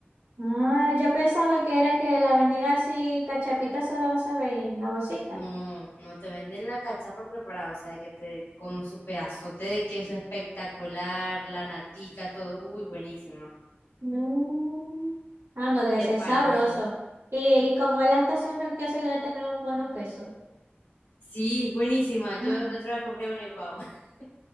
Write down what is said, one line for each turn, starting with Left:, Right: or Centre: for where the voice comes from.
Right: Ah, yo pensaba que era que la vendían así, cachapita sola, vos sabés, Y la bolsita.
Left: No, no te venden la cachapa preparada, o sea, de que te con su pedazote de queso espectacular, la natica, todo. Uy, buenísima.
Right: No. Ah, no, debe
Left: De
Right: ser
Left: pan
Right: sabroso.
Left: así.
Right: Y, y como es la estación del queso, y debe tener un buenos quesos.
Left: Sí, buenísima. Yo
Right: <laughs>
Left: la otra vez compré una igual. <laughs>